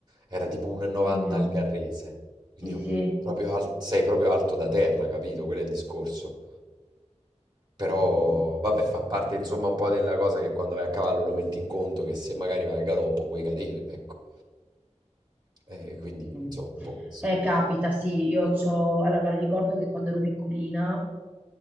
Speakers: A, on the right (about 35°); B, on the right (about 15°).
A: era tipo 1,90
B: mm,
A: al Garrese, quindi
B: Sì,
A: io
B: sì.
A: proprio al- sei proprio alto da terra, capito? Quello è il discorso. Però
B: Mm. mm.
A: vabbè, fa parte insomma un po' della cosa che quando vai a cavallo lo metti in conto che se magari vai al galoppo puoi cadere, ecco. E quindi
B: Mm.
A: insomma un po' questo.
B: Eh, capita, sì, io c'ho... Allora, ricordo che quando ero piccolina